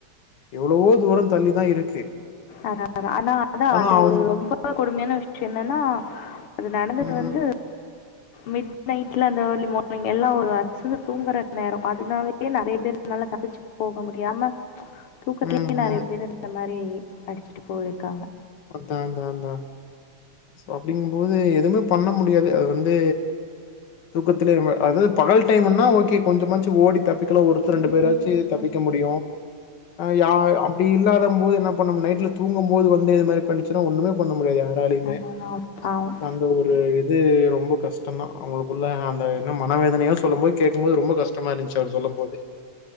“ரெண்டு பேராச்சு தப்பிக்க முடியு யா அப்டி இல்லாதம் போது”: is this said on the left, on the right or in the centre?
Left